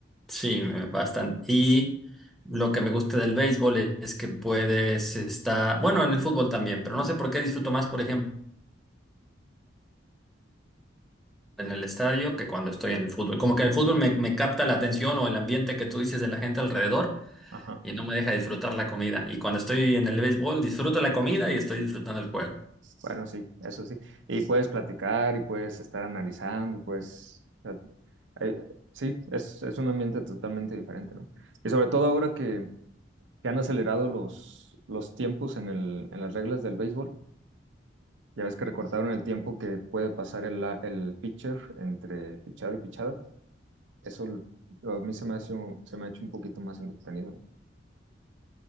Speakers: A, in the centre; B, on the right.
A: Sí, me- bastante. Y lo que me gusta del béisbol es que puedes estar, bueno, en el fútbol también, pero no sé por qué disfruto más, por ejemplo. en el estadio que cuando estoy en el fútbol. Como que en el fútbol me, me capta la atención o el ambiente que tú dices de la gente alrededor
B: Ajá.
A: y no me deja disfrutar la comida. Y cuando estoy en el béisbol, disfruto la comida y estoy disfrutando el juego.
B: Bueno, sí, eso sí. Y puedes platicar y puedes estar analizando y puedes... o sea, eh, sí, es, es un ambiente totalmente diferente, ¿no? Y sobre todo ahora que, que han acelerado los, los tiempos en el, en las reglas del béisbol, ya ves que recortaron el tiempo que puede pasar el, la- el pitcher entre pichada y pichada. Eso a mí se me hace un- se me ha hecho un poquito más entretenido, ¿no?